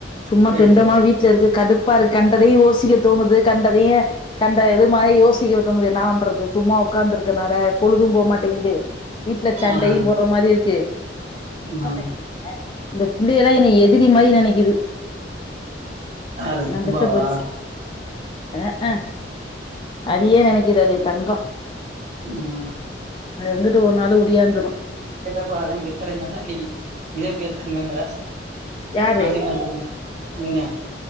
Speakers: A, on the left (about 25°); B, on the right (about 40°).
A: சும்மா
B: கேட்டு
A: தண்டமா
B: சொல்றே
A: வீட்டு்ல இருந்து கடு கண்டதையும் யோசிக்க தோணுது கண்டதையும் கண்ட இது மாரி யோசிக்க தோணுது நா பண்றது சும்மா உட்காந்துருக்கனால பொழுதும் போமாட்டேங்குது வீட்டுல சண்டையும்
B: ஆ
A: போடுற மாரி இருக்கு செரி <unintelligible>
B: ஆ
A: இந்த பிள்ளைகலாம் என்ன எதிரி மாரி நினைக்குது
B: யாரு
A: நான்
B: சுப்பாவா
A: பெத்த பெருசு ஆஹ ஆ <unintelligible> அதே நினைக்குது அது என் தங்கம்
B: ம்
A: அது எங்கிட்ட ஒரு நாளு ஒடியாந்துரும்
B: அப்போ அதெல்லாம் பித்தலன்னு சொன்னேன் இன்னிக்கு இதே பேய் தங்கங்கிற
A: யாரு
B: மாத்தி மாத்தி <unintelligible> நீ தான்